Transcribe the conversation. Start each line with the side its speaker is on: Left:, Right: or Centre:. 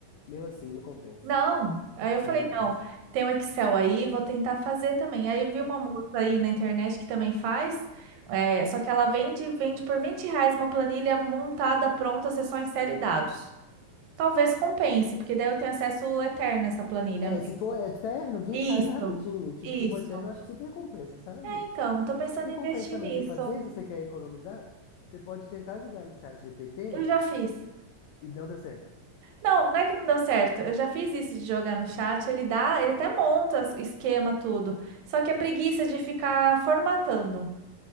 Left: Mesmo assim, não compensa.
Right: Não. Aí eu falei,
Left: Não compensa.
Right: não, tem o Excel aí, vou tentar fazer também. Aí eu vi uma moça aí na internet que também faz, é, só que ela vende, vende por 20 reais uma planilha montada, pronta, você só insere dados. Talvez compense, porque daí eu tenho acesso eterno a essa planilha.
Left: É,
Right: não tem-
Left: é, se for eterno, vinte
Right: Isso,
Left: reais é rapidinho. Tipo,
Right: isso.
Left: se for eterno, eu acho que super compensa, sabe?
Right: É, então, tô pensando
Left: O que
Right: em
Left: compensa
Right: investir
Left: também
Right: nisso.
Left: você fazer, se você quer economizar, você pode tentar jogar no chat GPT
Right: Eu já fiz.
Left: e não deu certo.
Right: Não, não é que não deu certo. Eu já fiz isso de jogar no chat. Ele dá, ele até monta as- esquema tudo. Só que a preguiça de ficar formatando.